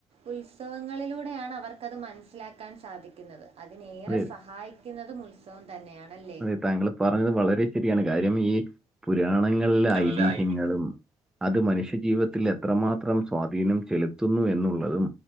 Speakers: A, on the right; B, in the centre.
A: ഉത്സവങ്ങളിലൂടെയാണ് അവർക്കത് മനസ്സിലാക്കാൻ സാധിക്കുന്നത് അതിനെ
B: അതെ
A: സഹായിക്കുന്നതും ഉത്സവം തന്നെയണല്ലേ
B: അതെ താങ്കൾ പറഞ്ഞത് വളരെ ശരിയാണ് കാര്യം ഈ പുരാണങ്ങളിലെ
A: എല്ലായിരിക്കും
B: ഐതിഹ്യങ്ങളും അത് മനുഷ്യജീവിതത്തിൽ എത്രമാത്രം സ്വാധീനം ചെലുത്തുന്നു എന്നുള്ളതും